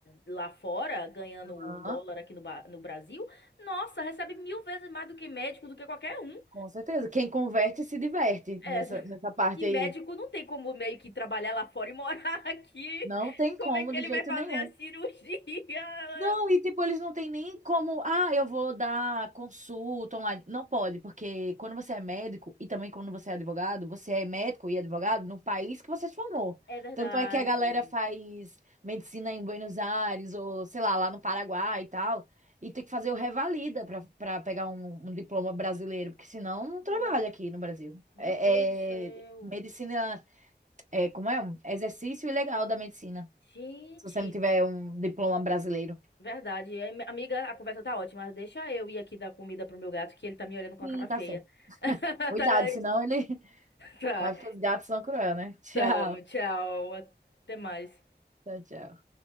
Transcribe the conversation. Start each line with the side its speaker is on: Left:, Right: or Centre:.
Left: lá fora, ganhando
Right: Aham,
Left: o dólar aqui no, Ba- no Brasil, nossa, recebe mil vezes mais do que médico, do que qualquer um.
Right: com certeza. Quem converte se diverte
Left: Essa.
Right: nessa, nessa parte
Left: E médico
Right: aí.
Left: não tem como meio que trabalhar lá fora e morar <laughs> aqui.
Right: Não tem
Left: Como
Right: como
Left: é que
Right: de
Left: ele
Right: jeito
Left: vai fazer
Right: nenhum.
Left: a cirurgia?
Right: Não, e tipo, eles não têm nem como, ah, eu vou dar consulta online. Não pode, porque quando você é médico e também quando você é advogado, você é médico e advogado no país que você se formou.
Left: É verdade.
Right: Tanto é que a galera faz medicina em Buenos Aires ou, sei lá, lá no Paraguai e tal, e tem que fazer o revalida para para pegar um, um diploma brasileiro, porque senão não
Left: Hum,
Right: trabalha aqui no Brasil.
Left: Meu
Right: É,
Left: Deus do céu.
Right: é medicina, é, como é? Um Exercício ilegal da medicina,
Left: Gente,
Right: se você não tiver um diploma brasileiro.
Left: verdade. É, mi- Amiga, a conversa tá ótima, mas deixa eu ir aqui dar comida pro meu gato, que ele tá me olhando com
Right: Sim,
Left: a cara feia.
Right: tá certo.
Left: <laughs>
Right: Cuidado,
Left: Tá, bem?
Right: senão ele <laughs>
Left: tá,
Right: vai porque os gatos são cruel, né? Tchau.
Left: tá. Tchau, até mais.
Right: Tchau, tchau.